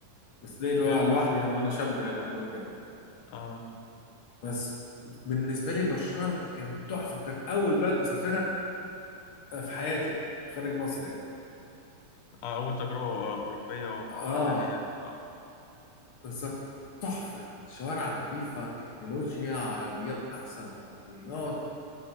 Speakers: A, on the left; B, on the left.
A: بس ده اللي
B: حلو
A: هو لوحدي يعني وانا شاب يعني قبل ما اتجوز
B: اه
A: بس بالنسبه لي برشلونه كانت تحفه وكانت اول بلد اسافرها في حياتي خارج مصر يعني
B: اه اول تجربة آه، أوروبية وعالمية
A: اه
B: اه
A: بالظبط تحفة شوارع نظيفة تكنولوجيا عربيات أحسن عربيات